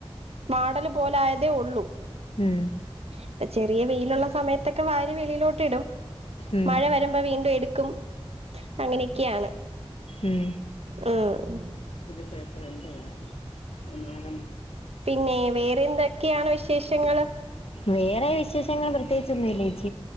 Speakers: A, on the right (about 80°); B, on the left (about 75°).
A: മാടല് പോല ആയതേ ഉള്ളൂ
B: ഉം
A: ഇപ്പൊ ചെറിയ വെയിലുള്ള സമയത്തൊക്കെ വാര് വെളിയിലോട്ട് ട്ടിടും
B: ഉം
A: മഴ വരുമ്പോ വീണ്ടും എടു ക്കും അങ്ങനെയൊക്കെയാണ്
B: ഉം
A: ആഹ്
B: <unintelligible> <unintelligible> എന്നാലും
A: പിന്നെ വേറെ എന്തൊക്കെയാണ് വിശേഷങ്ങള്
B: വേറെ വിശേഷങ്ങൾ പ്രത്യേകിച്ചൊന്നുല്ലേച്ചി